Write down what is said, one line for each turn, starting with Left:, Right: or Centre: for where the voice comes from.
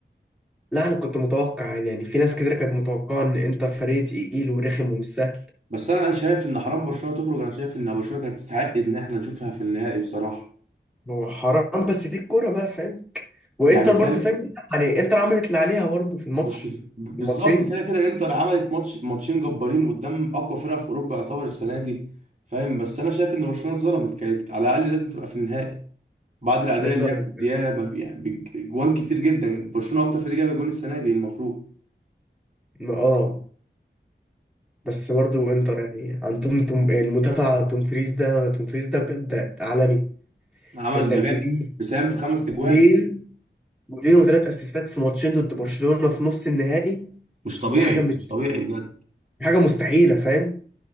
Centre: لا أنا كنت متوقع يعني في ناس كتير كانت متوقعة إن إنتر فريق تقيل ورخم ومش سهل
Right: بس انا شايف ان حرام برشلونه تخرج انا شايف ان برشلونه كانت تستحق ان احنا نشوفها في النهائي بصراحه
Centre: هو حرام بس دي الكورة بقى فاهم وإنتر
Right: يعني
Centre: برضه
Right: فاهم
Centre: فاهم يعني إنتر عملت اللي عليها برضه في الماتش
Right: بس ف- بالظبط
Centre: في الماتشين
Right: كده كده انتر عملت ماتش ماتشين جبارين قدام اقوى فرقه في اوروبا يعتبر السنه دي فاهم بس انا شايف ان برشلونه اتظلمت كانت على الاقل لازم تبقى في النهائي بعد الاداء
Centre: واتظلمت
Right: اللي هي مدياه ما- يعني بج- جوان كتير جدا برشلونه اكتر فريق جاب جوان السنه دي المفروض
Centre: ما- اه بس برضه إنتر يعني عندهم توم المدافع توم فريز ده توم فريز ده بجد عالمي
Right: عمل
Centre: إنك
Right: ده جاب
Centre: تجيب
Right: بيساهم في خمس
Centre: جولين
Right: اجوان
Centre: جولين وثلاث أسيستات في ماتشين ضد برشلونة في نص النهائي
Right: مش طبيعي
Centre: دي حاجة مش
Right: مش طبيعي بجد
Centre: حاجة مستحيلة فاهم